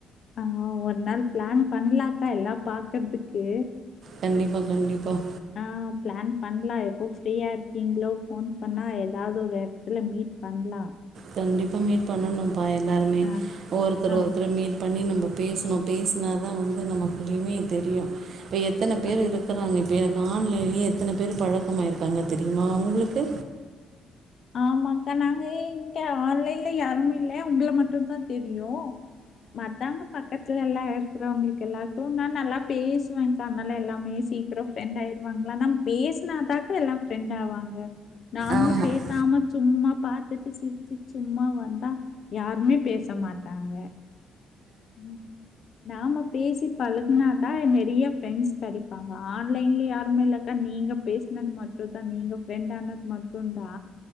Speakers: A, on the left; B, on the right.
A: ஆஹ் ஒரு நாள் பிளான் பண்லாக்கா எல்லா பாக்குறதுக்கு
B: கண்டிப்பாக கண்டிப்பாக
A: ஆஹ் பிளான் பண்லா எப் எப்போ ஃப்ரீயா இருக்கீங்களோ ஃபோன் பண்ணா ஏதாவது ஒரு இடத்துல மீட் பண்லா
B: கண்டிப்பா மீட் பண்ணணு ப்ப எல்லாருமே
A: ஆ,
B: ஒருத்தர
A: ஆ,
B: ஒருத்தர் மீட் பண்ணி நம்ம பேசணு பேசுனாதா வந்து நமக்குள்ளயுமே தெரியு இப்ப எத்தன பேர்
A: ஆ.
B: இருக்கிறாங்க இப்ப எனக் ஆன்லைன்லயே எத்தனை பேர் பழக்கமாயிருக்காங்க தெரியுமா உங்களுக்கு
A: ஆமாக்கா நாங்க இங்க ஆன்லைன்ல யாருமே இல்ல உங்கள மட்டும்தா தெரியும் மத்தவங்க பக்கத்துல எல்லா க்கிற அவுங்களுக்கு எல்லாருக்கும் நா நல்லா பேசுவேங்க்கா அதனால எல்லாமே சீக்கிரோ ஃப்ரெண்ட் ஆயிடுவாங்களா நம்ம பேசினாதாக்கா எல்லாம் ஃப்ரெண்ட் ஆவாங்க நாமளும்
B: ஆமாம்
A: பேச ஆமா சும்மா பாத்துட்டு சிரிச்சு சும்மா வந்தா யாருமே பேச மாட்டாங்க உம் நாம பேசி பலகனாதா நெரிய ஃப்ரெண்ட்ஸ் கெடிப்பாங்க ஆன்லைன்ல யாருமே இல்லக்கா நீங்க பேசினது மட்டுந்தான் நீங்க ஃப்ரெண்ட் ஆனது மட்டுந்தா